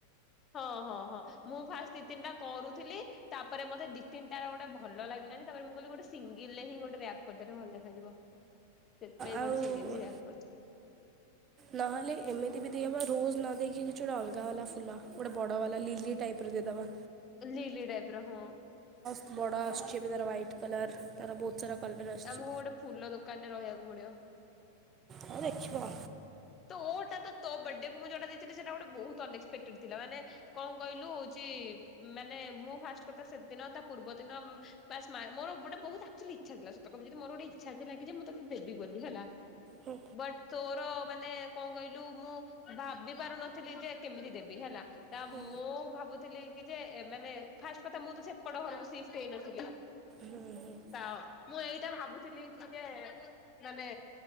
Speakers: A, on the left; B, on the right.
A: ହଁ ହଁ ହଁ ମୁଁ ଫାଷ୍ଟ ଦି ତିନଟାୁଥିଲି ତାପରେ ମତେ ଦି ତିନଟା ଗୋଟେ ଭଲ ଲାଗିଲାନି ତାପରେ ମୁଁ କହିଲି ଗୋଟେ ସିଙ୍ଗ ରେ ହିଁ ଗୋଟେ ରପ୍ କରିଦେଲେ ଭଲ ଦେଖାଯିବ ସେଥିପାଇଁ
B: ଆଉ
A: ଗୋଟେ ସିଙ୍ଗଲ ହଇିବାକୁ ପଡୁ
B: ନହେଲେ ଏମିତି ବି ଦେଇହବା ରୋଜ ନ ଲକ ଚଡ଼ଲଗା ବାା ଫୁଲା ଗୋଟେ ବଡ ବାଲା ଲିଲି ଟାଇପ ର ଦେଇଦବା
A: ଲି ଲିଡାଇବ୍ର ହ
B: ବଡ ଆସୁଛି ଏ ତ ହ୍ୱାଇଟ କଲର ତାର ବହୁତ ସାରା କଲର୍ ଆସୁଛି
A: ଆମକୁ ଗୋଟେ ଫୁଲ ଦୋକାନ ରେ ରହିବାକୁ ପଡିବ
B: ଆଉ ଦେଖିିବା
A: ତୋଟା ତୋ ବଡେ ମୁଁୋଟା ଦେଇଥିଲି ସେଟା ଗୋଟେ ବହୁକ୍ପଟେ ଥିଲା ମାନେ କଣ କହିଲୁ ହଉଛି ମାନେ ମୁଁ ଫା କଥା ସେଦିନ ତା ପୂର୍ବ ଦିନ ମୋର ଗୋଟେ ଇଛ ଥିଲା କି ମୋର ଗୋଟେ ଇଛ ଥିଲା କି ମୁଁ ତାକୁ ଦେବି ବୋଲି ହେଲା
B: ହୁଁ।
A: ବଟ ତୋର ର ମାନେ କଣ କହିଲୁ ମୁଁ ଭାବି ପାରୁନଥିଲି ଯେ କେମିତି ଦେବି ହେଲା ତା
B: ହୁଁ।
A: ମୁଁ ଭାବୁଥିଲି କି ଯେ ମାନେ ଫାଷ୍ଟ କଥା ମୁଁ ତ ସେପଟ ଘରକୁ ସି୍ ହେଇନଥିଲି
B: ହୁଁ ହୁଁ
A: ତ ମୁଁ ଏଇଟା ଭାବୁଥିଲି କି ଯେ ମାନେ